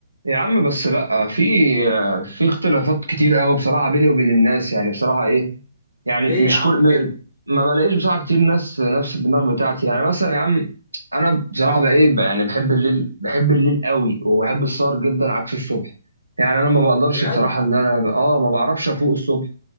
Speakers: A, on the right; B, on the left.
A: يا عم بس لا في في اختلافات كتير قوي بصراحه بيني وبين الناس يعني بصراحه ايه يعني
B: ليه
A: مش
B: يا عم
A: كل ما
B: كده
A: ما بلاقيش بصراحه كتير ناس نفس الدماغ بتاعتي يعني مثلا يا عم انا بصراحه بقى ايه بقى يعني بحب الليل بحب الليل قوي وبحب السهر جدا عكس الصبح يعني انا ما بقدرش
B: بجد
A: بصراحه ان انا اه ما بعرفش افوق الصبح